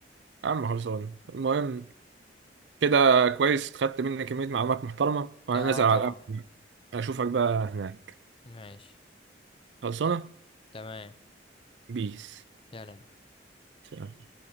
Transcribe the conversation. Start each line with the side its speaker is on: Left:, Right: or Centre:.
Right: يا عم خلصان المهم كده كويس خدت مني كمية معلومات محترمة وأنا
Left: اه
Right: نازل على
Left: طبعا
Right: القهوة أشوفك بقى هناك
Left: ماشي
Right: خلصانة
Left: تمام
Right: بيس
Left: سلام
Right: سلام.